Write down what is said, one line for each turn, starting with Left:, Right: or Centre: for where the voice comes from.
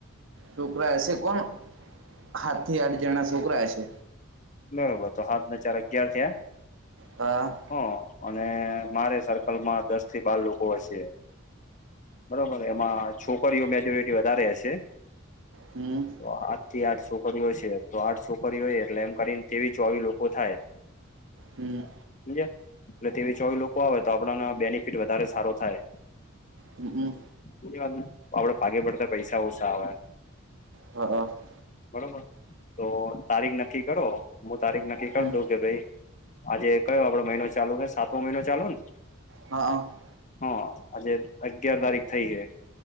Right: છોકરા હશે કોણ હાથ થી આઠ જણા છોકરા હશે
Left: બરોબર તો હાલમાં ચાર અગિયાર થયા
Right: હા
Left: હ અને મારે સર્કલમાં દસ થી બાર લોકો હશે બરોબર એમાં છોકરીઓ મેજ્યોરિટી વધારે હશે
Right: હમ
Left: તો આઠ થી આઠ છોકરીઓ છે તો આઠ છોકરીઓ એટલે એમ કરીને તેવી ચોવી લોકો થાય
Right: હમ
Left: સમજ એટલે તેવી ચોવી લોકો આવે તો આપડને બેનિફિટ વધારે સારો થાય
Right: હમ હમ
Left: બીજી વાત આપડે ભાગે પડતા પૈસા ઓસા આવે
Right: હ હ
Left: બરોબર તો તારીખ નક્કી કરો હું તારીખ નક્કી કર
Right: હમ
Left: દઉ કે ભાઈ આજે કયો આપડો મહિનો ચાલુ છે સાતમો મહિનો ચાલુ ને
Right: હા હ
Left: હા આજે અગિયાર તારીખ થઇ છે